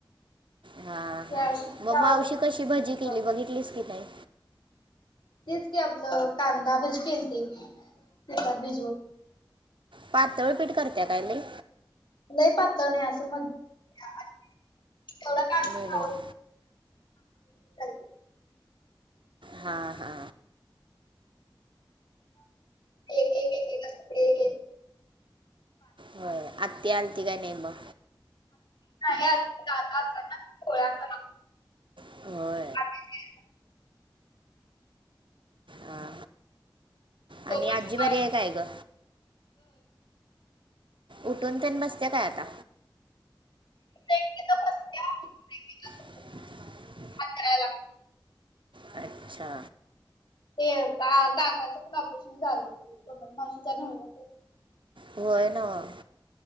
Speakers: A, on the right; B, on the left.
A: हा
B: त्या
A: हा
B: शिट्टीच्या
A: मग
B: आवाजात
A: मावशी कशी भजी केली बघितलीस की नाही.
B: तेच की आपलं कांदा भजी केलती पिठात भिजऊन.
A: पातळ पीठ करत्या काय लई.
B: लई पातळ नही असं मध्य <inaudible> तेवढ का अस
A: मिडियम
B: आर <inaudible>
A: हा हा.
B: एक एक एक एक
A: हो आत्ती आलती काय नाही मग.
B: नाहीआली दादा अलता ना ख पोळ्याच
A: <inaudible>
B: <inaudible>
A: ह आणि
B: तो पण
A: आजी
B: सकाळी
A: बरी आहे काय ग? उठून तेण बसते काय आता?
B: <inaudible>
A: <inaudible>
B: अकराला.
A: अच्छा.
B: ते का काकाचं पण ऑपरेशन झालंय कि कमल मावशीच्या नवऱ्याचं
A: होय नव्ह.